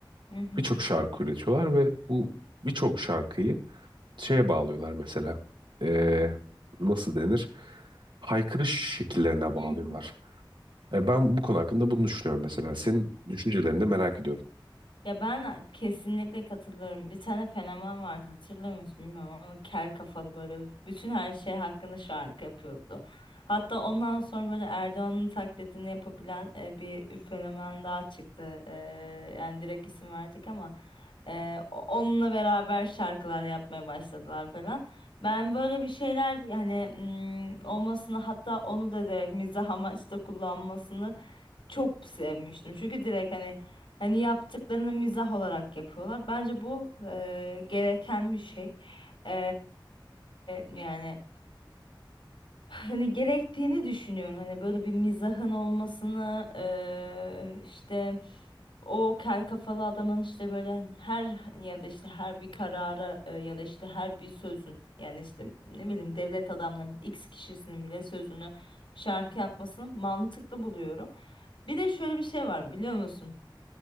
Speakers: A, on the left; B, on the right.
A: Hı hı.
B: Birçok şarkı üretiyorlar ve bu birçok şarkıyı şeye bağlıyorlar mesela. Ee, nasıl denir? Haykırış şekillerine bağlıyorlar.
A: Hı hı.
B: E, ben bu konu hakkında bunu düşünüyorum mesela. Senin düşüncelerini de merak ediyorum.
A: Ya ben kesinlikle katılıyorum. Bir tane fenomen vardı hatırlıyor musun bilmiyorum ama kel kafalı böyle bütün her şey hakkında şarkı yapıyordu. Hatta ondan sonra böyle Erdoğan'ın taklidini yapabilen e, bir fenomen daha çıktı. E, yani direkt isim verdik ama e, o- onunla beraber şarkılar yapmaya başladılar falan. Ben böyle
B: Hı hı.
A: bir şeyler yani mm, olmasını hatta onu da direkt mizah amaçlı kullanmasını çok sevmiştim. Çünkü direkt hani Hani yaptıklarını mizah olarak yapıyorlar. Bence bu eee, gereken bir şey. Eee, yani hani gerektiğini düşünüyorum. Hani böyle bir mizahın olmasını eee, işte o kel kafalı adamın işte böyle her ya da işte her bir karara e, ya da işte her bir sözün yani işte ne bileyim devlet adamlarının X kişisinin bile sözünü şarkı yapmasını mantıklı buluyorum. Bir de şöyle bir şey var biliyor musun?